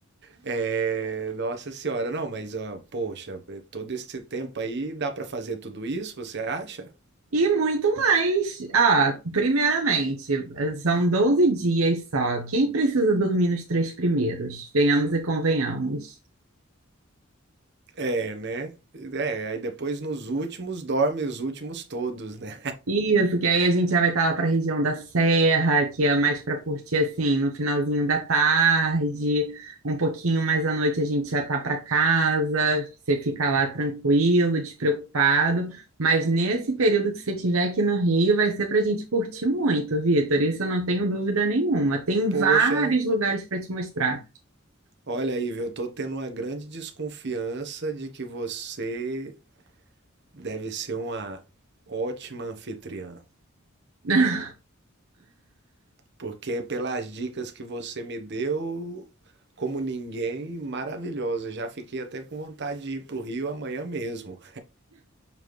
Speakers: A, on the right (about 55°); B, on the right (about 85°).
A: É, nossa senhora, não, mas ó, poxa, é, todo esse tempo aí dá pra fazer tudo isso, você acha?
B: E muito mais. Ah, primeiramente, são 12 dias só. Quem precisa dormir nos três primeiros? Venhamos e convenhamos.
A: É, né? É, aí depois nos últimos dorme os últimos todos, né?
B: Isso, que aí a gente já vai estar lá para a região da Serra, que é mais para curtir assim, no finalzinho da tarde, um pouquinho mais à noite a gente já tá para casa, você fica lá tranquilo, despreocupado, mas nesse período que você tiver aqui no Rio vai ser para a gente curtir muito, Vitor, isso eu não tenho dúvida nenhuma. Tem
A: Poxa,
B: vários lugares para te mostrar.
A: olha aí, viu? Eu tô tendo uma grande desconfiança de que você deve ser uma ótima anfitriã.
B: <laughs>
A: Porque pelas dicas que você me deu, como ninguém, maravilhosa. Já fiquei até com vontade de ir para o Rio amanhã mesmo.